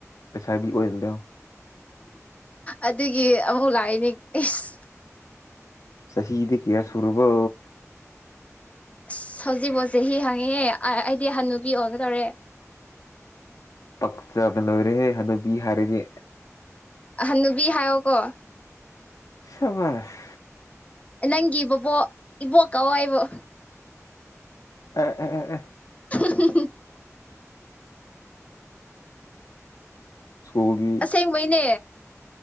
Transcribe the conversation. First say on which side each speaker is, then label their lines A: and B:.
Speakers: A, on the left; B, on the left.
A: ꯄꯩꯁꯥꯕꯤ ꯑꯣꯏꯍꯟꯗꯣ
B: ꯑꯗꯨꯒꯤ ꯑꯃꯨꯛ ꯂꯥꯛꯏꯅꯦ ꯑꯦꯁ
A: ꯁꯍꯤꯗꯤ ꯀꯌꯥ ꯁꯨꯔꯕꯣ
B: ꯑꯁ ꯍꯧꯖꯤꯛꯕꯣꯁꯦ ꯍꯤ ꯍꯪꯉꯤꯌꯦ ꯑꯩꯗꯤ ꯍꯟꯅꯨꯨꯕꯤ ꯑꯣꯏꯒꯗꯧꯔꯦ
A: ꯄꯛꯆꯕꯅ ꯂꯣꯏꯔꯦꯍꯦ ꯍꯥꯅꯨꯕꯤ ꯍꯥꯏꯔꯗꯤ
B: ꯍꯥꯅꯨꯕꯤ ꯍꯥꯏꯌꯣꯀꯣ
A: ꯁꯥꯕꯁ
B: ꯅꯪꯒꯤ ꯕꯨꯕꯣꯛ ꯏꯕꯣꯛ ꯀꯧꯑꯣ ꯑꯩꯕꯨ
A: ꯎ ꯎ ꯎ
B: ꯗꯦ
A: ꯁ꯭ꯀꯨꯜꯒꯤ
B: ꯑꯁꯦꯡꯕꯩꯅꯦ